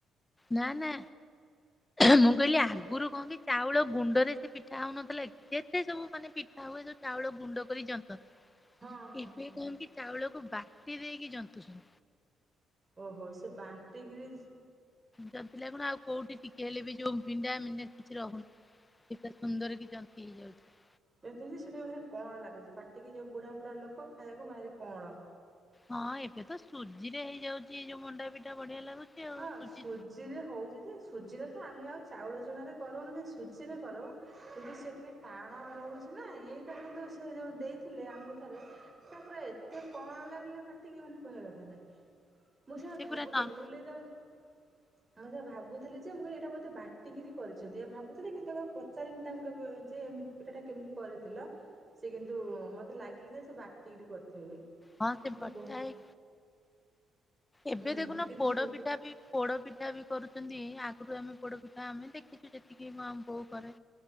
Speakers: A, on the left; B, on the right.
A: ନା ନା ମୁଁ କହିଲି ଆଗରୁ କଣ କି ଚାଉଳ ଗୁଣ୍ଡରେ କେତେ ପିଠା ହଉନଥିଲା ଯେତେ ସବୁ ମାନେ ପିଠା ହୁଏ ସ ଚାଉଳ ଗୁଣ୍ଡ କରି ଜନ୍ତ
B: ହଁ ହଁ
A: ଏବେ
B: ହଁ
A: କଣ କି ଚାଉଳକୁ ବାଟି ଦେଇକି ଜନ୍ତୁଛନ୍ତି।
B: ଓହୋ ସେ ବାଟି କିରି
A: ଯଦି ଲାଗୁଣ ଆଉ କୋଉଠି ଟିକେ ହେଲେ ବି ଯୋଉ ଭଣ୍ଡା ମଣ୍ଣ୍ଡା କିଛି ରହୁନି। କେତେ ସୁନ୍ଦର କି ଯ ଫିଲ୍ ଯାଉଛି।
B: ଯେମିତିତି ସେଟା ବି ବାହାରେ କଣ ଲାଗୁଛି ପାଟିକି ଯୋଉ ବୁଢା ବୁଢା ଲୋକ ଖାଇବାକୁ ବାହାରେ କଣ।
A: ହଁ ଏବେ ତ ସୁଜି ରେ ହେଇଯାଉଛି ଯୋଉ ମଣ୍ଡାପିଠା ବଢିଆ ଲାଗୁଛି। ଆଉ
B: ହଁ
A: ସୁଜି
B: ସୁଜିରେ ହଉଛି ଯେ ସୁଜିରେ ତ ଆମେ ଆଉ ଚାଉଳ ଚଣରେ କରନୁ ସୁଜିରେ କର କିନ୍ତୁ ସି ଟିକେ ଟାଣ ରହୁଛି ଏଇଟା କିନ୍ତୁ ସେ ଯୋଉ ଦେଇଥିଲେ ଆମକୁ ଥରେ ତା ପୁରା ଏତେ କଣ ଲାଗିଲା କଟିକି ମାନେ କହିବା କଥା ନାଇଁ ମୁଁ ସେଟ
A: ସେ
B: ଭାବୁଥିଲି
A: ପୁରା ନନ
B: ମୁଁ ବୋଲି ତ <unintelligible> ଆଁ ଯାହା ଭାବୁଥିଲି ଯେ ମୁଁ କହିଲ ଏଇଟା ବୋଧେ ବାଟିକିରି କରିଛନ୍ତି ଏହା ଭାବୁଥିଲେ କିନ୍ତୁ ତାକୁଉ ପଚାରିନି ତାଙ୍କୁ କେବେ ଯେ ମତି ପିଠା ଟା କେମିତି କରିଥିଲ ସେ କିନ୍ତୁ ମତେ ଲାଗିଲା ଯେ ସେ ବାଟିକ କରିଥିବେ ବୋଲି।
A: ହଁ ସେ
B: କିନ୍ତୁ
A: ବଟା
B: ବୋ
A: ହେଇ ଏବେ
B: ହୁଁ
A: ଦେଖୁନ
B: କିନ୍ତୁ
A: ପୋଡ
B: ସୁ
A: ପିଠା ବି ପୋଡ ପିଠା ବି କରୁଛନ୍ତି ଆଗରୁ ଆମେ ପୋଡ ପିଠା ଆମେ ଦେଖିଛୁ ଯେତିକି ମୁଁ ଆମ ବୋଉ କରେ